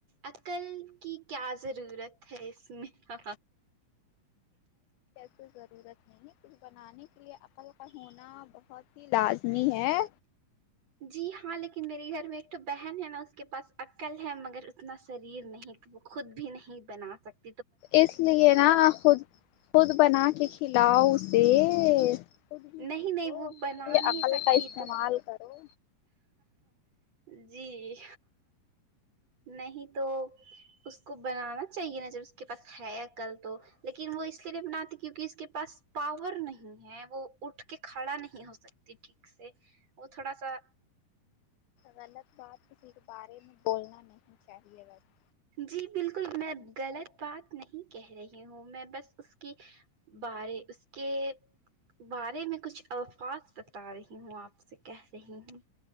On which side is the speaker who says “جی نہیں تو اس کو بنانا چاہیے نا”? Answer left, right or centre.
Right